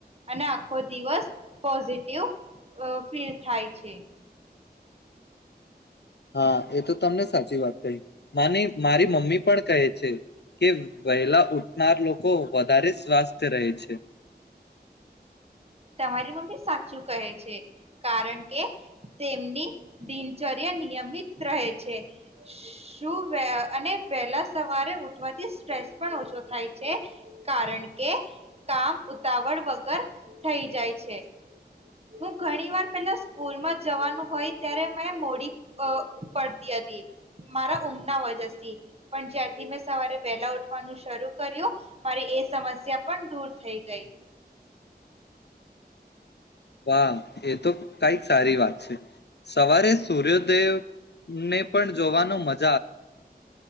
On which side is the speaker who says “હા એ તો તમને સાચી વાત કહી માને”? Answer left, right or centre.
Left